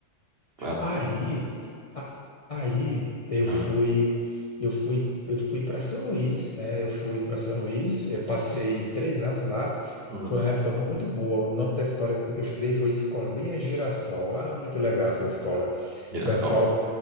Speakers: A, on the right; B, on the left.
A: Papa.
B: Aí, a- aí eu
A: Hum,
B: fui, eu fui, eu fui para São Luís, né? Eu fui para São Luís, eu passei três anos lá.
A: hum,
B: Foi uma época muito boa. O nome da escola que eu estudei foi Escolinha Girassol. Ah, muito legal essa escola. O
A: girassol.
B: pessoal